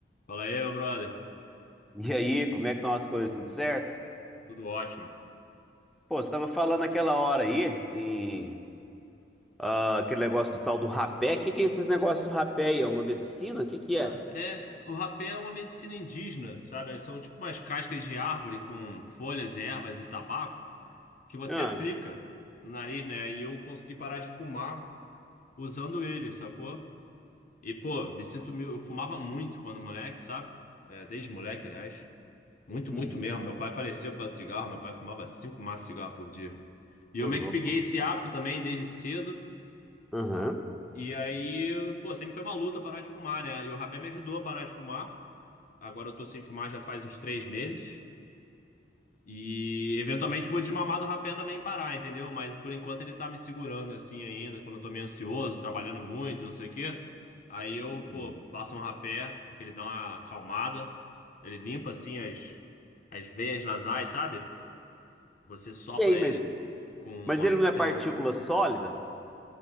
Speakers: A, on the left (about 50°); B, in the centre.
A: Fala aí, meu brother.
B: E aí, como é que estão as coisas? Tudo certo?
A: Tudo ótimo.
B: Pô, você estava falando aquela hora aí, em, ah, aquele negócio do tal do rapé. O que que é esses negócios do rapé aí? É uma medicina? O que que
A: Cara,
B: é?
A: é, o rapé é uma medicina indígena, sabe? São tipo umas cascas de árvore com folhas, ervas e tabaco que você
B: Ah,
A: aplica no nariz, né? E eu consegui parar de fumar usando ele, sacou? E, pô, me sinto... mil- Eu fumava muito quando moleque, sabe? É, desde moleque, aliás. Muito,
B: uhum.
A: muito mesmo. Meu pai faleceu por causa de cigarro. Meu pai fumava cinco maços de cigarro por dia. E
B: Ô,
A: eu meio
B: louco.
A: que peguei esse hábito também desde cedo.
B: Aham.
A: E aí, pô, sempre foi uma luta parar de fumar, né? E o rapé me ajudou a parar de fumar. Agora eu tô sem fumar já faz uns três meses. E eventualmente vou desmamar do rapé também e parar, entendeu? Mas por enquanto ele tá me segurando assim ainda, quando eu tô meio ansioso, trabalhando muito, não sei o quê. Aí eu,
B: Uhum.
A: pô, faço um rapé, que ele dá uma acalmada. Ele limpa assim as, as veias nasais, sabe? Você sopra
B: Sei, mas,
A: ele com. uma-
B: mas ele não é
A: Tem
B: partícula
A: um.
B: sólida?